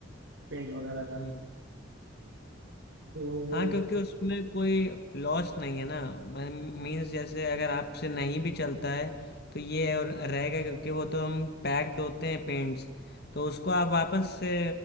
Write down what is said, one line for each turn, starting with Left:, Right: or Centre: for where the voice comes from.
Right: पेंट वगैरह का
Left: हम्म
Right: तो वो
Left: हाँ क्योंकि उसमें कोई लॉस नहीं है ना मीन्स जैसे अगर आपसे नहीं भी चलता है तो ये और रहेगा क्योंकि वो तो हम पैक्ड होते हैं पेंट्स तो उसको आप वापस से